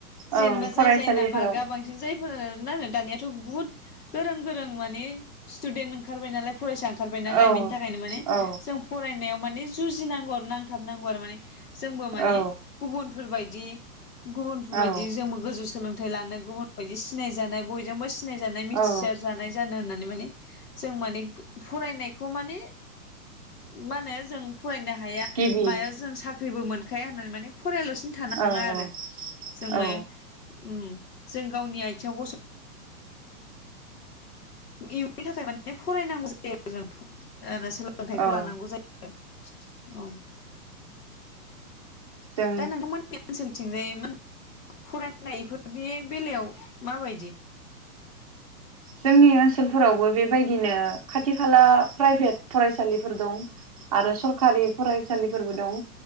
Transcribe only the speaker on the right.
ओं
फरायसालिफोराव
औ
औ
औ
औ
औ
गिबि
औ
औ
औ
औ
जों
जोंनि ओनसोलफोरावबो बेबायदिनो खाथि खाला प्राइभेट फरायसालिफोर दं आरो सरखारि फरायसालिफोरबो दं